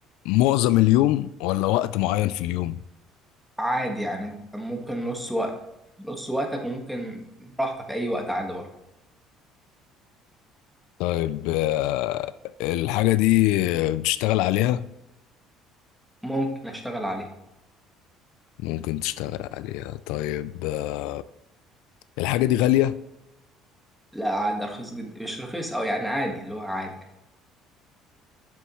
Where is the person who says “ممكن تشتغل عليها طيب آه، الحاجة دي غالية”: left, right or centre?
Left